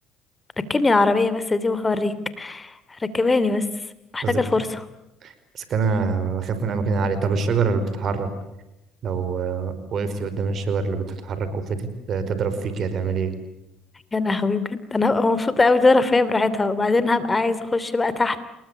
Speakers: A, on the left (about 20°); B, on the right (about 55°).
A: ركبني العربيه بس دي وهوريك ركباني بس محتاجه
B: قصدك
A: الفرصه
B: بس أنا أخاف من الأماكن العالية طب الشجرة اللي بتتحرك لو آه، وقفتي قدام الشجرة اللي بتتحرك وفضلت تضرب فيكي هتعملي إيه؟
A: يا لهوي بجد انا هبقى مبسوطه قوي دي رفاهيه براحتها وبعدين هبقى عايزه اخش بقى تحت